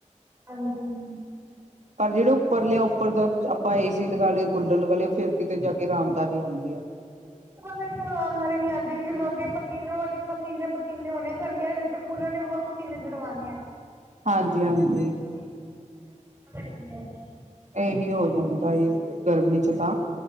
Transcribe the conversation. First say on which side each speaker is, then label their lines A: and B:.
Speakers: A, on the right (about 15°); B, on the right (about 65°).
A: ਹਾਂਜੀ
B: ਪਰ ਜੇੜੇ ਉੱਪਰ ਲਿਆ ਉੱਪਰ ਦਾ ਆਪਾਂ ਏਸ ਤੀ ਲਗਾ ਲਏ, ਕੂਲਰ ਲਗਾ ਲਏ, ਫੇਰ ਕਿਤੇ ਜਾ ਕੇ ਰਾਮਧਾਰੀ ਆਂਦੀ ਏ।
A: ਵਿੱਚ ਉਹ ਅਰਾਮਦਾਰੀ ਨੀ ਆਂਦੀ। ਵੀ ਜਦੋਂ ਅੱਗੇ ਪਸੀਨੋ ਪਸੀਨੇ, ਪਸੀਨੇ ਹੋਣੇ ਗਰਮੀਆਂ ਦੇ ਵਿੱਚ ਤੇ ਕੂਲਰ ਨੇ ਹੋਰ ਪਸੀਨੇ ਛਡਵਾਣੇ ਏ।
B: ਹਾਂਜੀ-ਹਾਂਜੀ
A: <unintelligible>
B: ਏਹੀ ਹੋ ਜਾਂਦਾ ਏ। ਗਰਮੀ ਚ ਤਾਂ